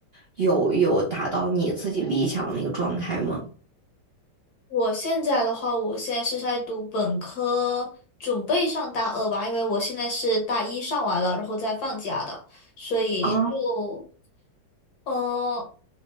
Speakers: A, on the right; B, on the left.
A: 有有达到你自己理想的那个状态吗？
B: 我现在的话，我现在是在读本科，准备上大二吧，因为我现在是大一上完了，然后再放假的，所以就，
A: 啊，
B: 呃，